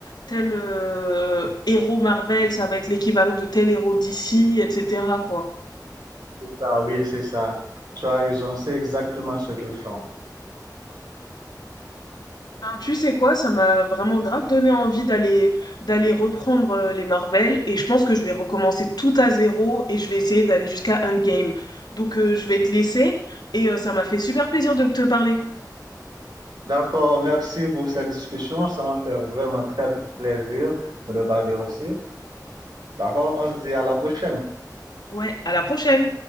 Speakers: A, on the left (about 70°); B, on the right (about 70°).
A: tel euh, héros Marvel, ça va être l'équivalent de tel héros DC, etc. quoi.
B: Ah oui, c'est ça. Tu as raison, c'est exactement ce qu'ils font.
A: Ben, tu sais quoi, ça m'a vraiment grave donné envie d'aller d'aller reprendre euh, les Marvel et je pense que je vais recommencer tout à zéro et je vais essayer d'aller jusqu'à Endgame. Donc euh, je vais te laisser et euh, ça m'a fait super plaisir de te parler.
B: D'accord, merci pour cette discussion. Ça m'a fait vraiment très plaisir de parler aussi. D'accord, on se dit à la prochaine.
A: Ouais, à la prochaine!